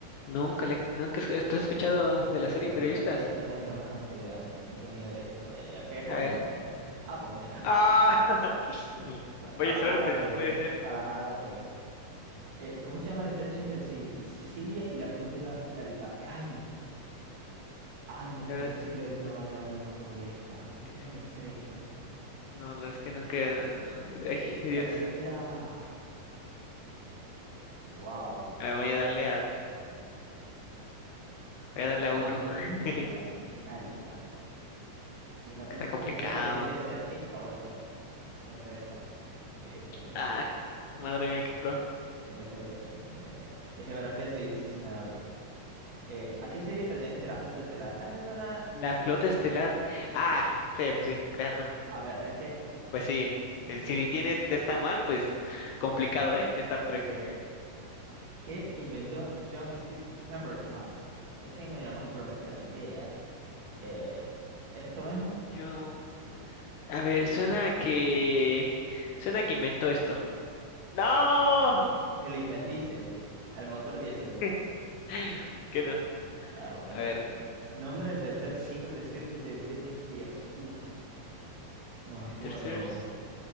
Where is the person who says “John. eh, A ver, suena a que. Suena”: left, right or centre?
Left